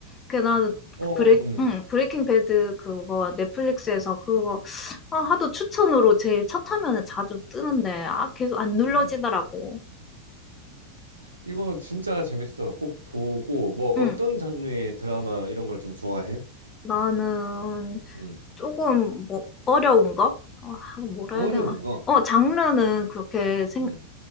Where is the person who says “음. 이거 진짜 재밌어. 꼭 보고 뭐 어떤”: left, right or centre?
Right